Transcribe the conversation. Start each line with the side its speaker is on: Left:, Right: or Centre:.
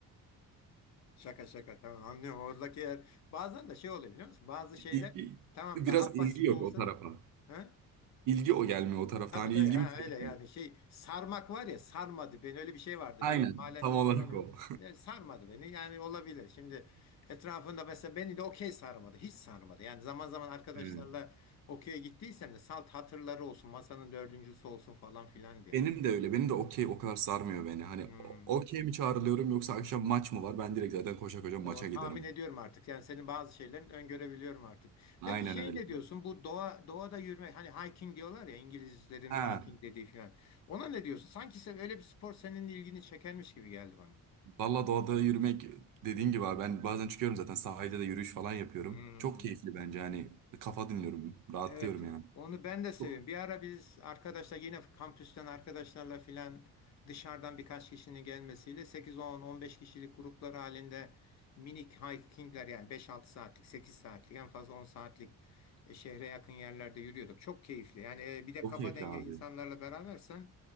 Left: Şaka şaka tamam anlıyorum oradaki yer bazen de şey oluyor biliyor musun? Bazı şeyler
Right: İlgi,
Left: tamam
Right: biraz
Left: daha
Right: ilgi
Left: basit
Right: yok
Left: olsa
Right: o tarafa.
Left: da ha?
Right: İlgi o gelmiyor o tarafta.
Left: Tabii
Right: Hani
Left: tabii
Right: ilgimi
Left: ha
Right: çekmiyor.
Left: öyle yani şey sarmak var ya sarmadı beni öyle bir şey vardı
Right: Aynen.
Left: bilmiyorum halen
Right: Tam
Left: o
Right: olarak
Left: kullanıyor.
Right: o.
Left: Yani sarmadı beni yani olabilir şimdi etrafında mesela beni de okey sarmadı hiç sarmadı yani zaman zaman arkadaşlarla
Right: Hmm.
Left: okey'e gittiysem de salt hatırları olsun masanın dördüncüsü olsun falan filan diye.
Right: Benim de öyle. Benim de okey o kadar sarmıyor beni. Hani
Left: Hmm.
Right: o- okey mi çağrılıyorum yoksa akşam maç mı var? Ben direkt zaten koşa koşa maça
Left: Tamam,
Right: giderim.
Left: tahmin ediyorum artık. Yani senin bazı şeylerin öngörebiliyorum artık.
Right: Aynen
Left: Peki şey
Right: öyle.
Left: ne diyorsun? Bu doğa doğada yürüme hani hiking diyorlar ya İngilizlerin
Right: Ha,
Left: hiking dediği falan. Ona ne diyorsun? Sanki sen öyle bir spor senin ilgini çekermiş gibi geldi bana.
Right: valla doğada yürümek dediğin gibi abi ben bazen çıkıyorum zaten sahilde de yürüyüş falan yapıyorum.
Left: Hmm.
Right: Çok keyifli bence hani kafa dinliyorum, rahatlıyorum
Left: Evet,
Right: yani.
Left: onu ben de seviyorum.
Right: Çok,
Left: Bir ara biz arkadaşlar yine kampüsten arkadaşlarla filan dışarıdan birkaç kişinin gelmesiyle sekiz on on beş kişilik gruplar halinde minik hikingler yani beş altı saatlik, 8 saatlik en fazla 10 saatlik e, şehre yakın yerlerde yürüyorduk. Çok keyifli. Yani e, bir de
Right: çok
Left: kafa
Right: keyifli
Left: denge
Right: abi.
Left: insanlarla berabersen